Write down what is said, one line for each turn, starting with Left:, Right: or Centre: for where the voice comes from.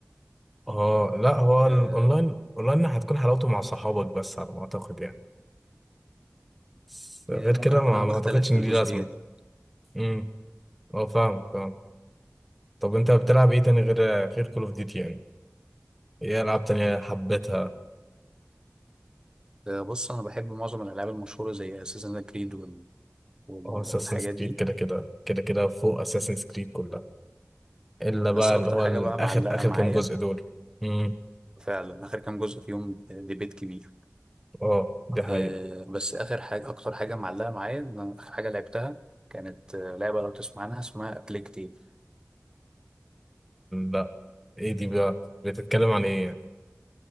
Centre: اه لا هو الاونلاين
Right: أه
Centre: اونلاين هتكون حلاوته مع صحابك بس على ما اعتقد يعني بس غير
Right: يعني ممكن
Centre: كده
Right: اكون
Centre: ما,
Right: انا
Centre: ما
Right: بختلف
Centre: اعتقدش ان
Right: في الجزئيه
Centre: دي لازمه
Right: دي
Centre: امم اه فاهم فاهم طب انت بتلعب ايه تاني غير غير كول اوف ديوتي يعني ايه العاب تانية حبيتها
Right: أه بص انا بحب معظم الالعاب المشهوره زي اساسن كريد وال... وال-
Centre: هو اساسنز
Right: والحاجات
Centre: كريد
Right: دي
Centre: كده كده كده كده فوق اساسنز كريد كلها الا
Right: بس
Centre: بقى
Right: اكتر
Centre: اللي هو
Right: حاجه
Centre: الاخر
Right: بقى معلقه
Centre: اخر
Right: معايا
Centre: كام جزء دول امم
Right: فعلا اخر كام جزء فيهم ديبيت كبير
Centre: اه دي
Right: آه،
Centre: حقيقة
Right: بس اخر حاجه اكتر حاجه معلقه معايا ان اخر حاجه لعبتها كانت آه، لعبه لو تسمع عنها اسمها ابليكتيف
Centre: لا ايه دي بقى بتتكلم عن ايه يعني